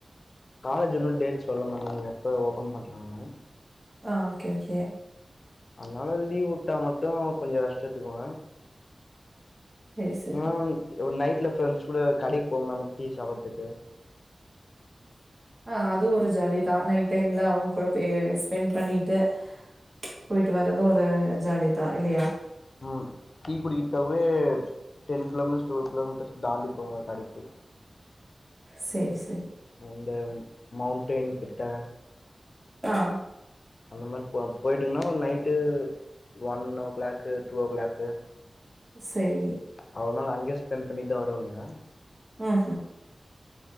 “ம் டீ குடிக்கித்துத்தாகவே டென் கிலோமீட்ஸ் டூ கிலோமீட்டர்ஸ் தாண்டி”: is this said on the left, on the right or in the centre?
Left